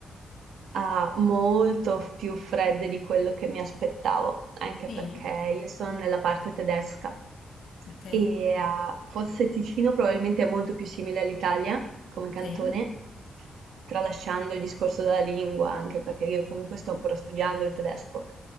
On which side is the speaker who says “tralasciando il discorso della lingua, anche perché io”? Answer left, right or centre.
Right